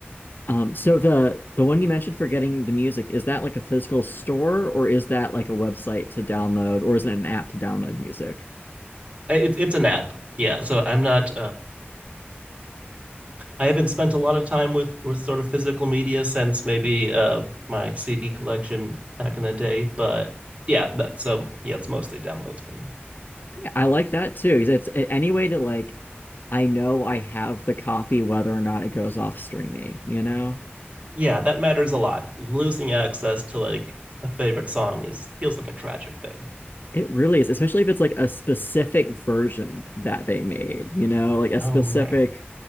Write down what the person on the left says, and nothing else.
Um, so the the one you mentioned for getting the music, is that like a physical store or is that like a website to download or is it an app to download music?
I like that too, because it's a- any way to like I know I have the copy whether or not it goes off streaming, you know?
It really is, especially if it's like a specific version that they made, you know, like a
specific